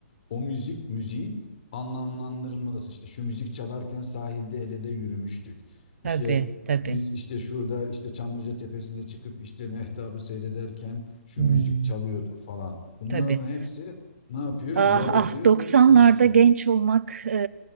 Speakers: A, on the left (about 35°); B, on the right (about 60°).
A: o müzik müziğin anlamlandırılması işte şu müzik çalarken sahilde el ele yürümüştük. İşte
B: tabii tabii.
A: biz işte şurada işte Çamlıca Tepesi'ne çıkıp işte mehtabı seyrederken şu
B: Hmm,
A: müzik çalıyordu falan. Bunların
B: tabii.
A: hepsi ne yapıyor?
B: Ah
A: Yer ediyor
B: ah doksanlarda
A: ve ilişki.
B: genç olmak e,